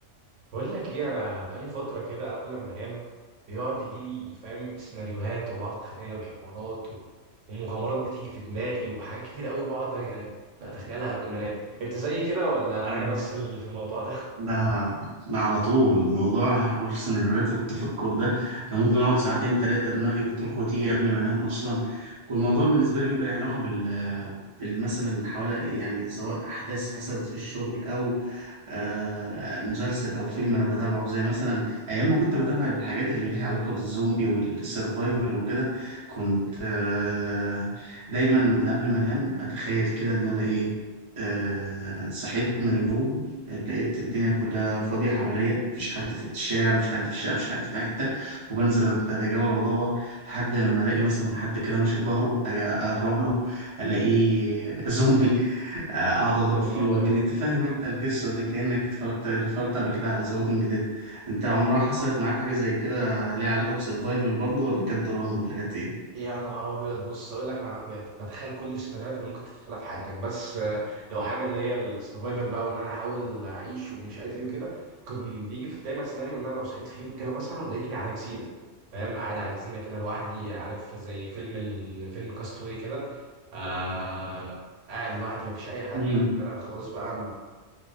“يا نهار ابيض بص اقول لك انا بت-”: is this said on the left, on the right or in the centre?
Right